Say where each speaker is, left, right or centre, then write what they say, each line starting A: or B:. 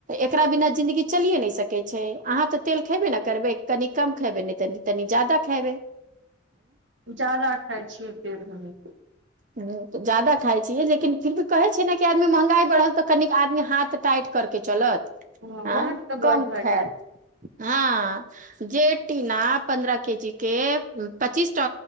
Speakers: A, on the right (about 40°); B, on the right (about 65°).
A: एकरा बिना जिन्दगी चलिए नहि सकै छै अहाँ तऽ तेल खयबे ने करबै कनि कम खयबै नहि त तनी ज्यादा खयबै
B: जादा खाइ छियै पेड़ भमे
A: ह तऽ ज्यादा खाइ छियै लेकिन फिर भी कहैत छैै ने कि आदमी महँंगाई बढ़ल तऽ कनिक आदमी हाथ टाटि करके चलत
B: ह महत
A: आँ
B: तऽ
A: कम
B: बड भए
A: खायत
B: गेलै
A: हँ जे टीना पन्द्रह केजी के पच्चीस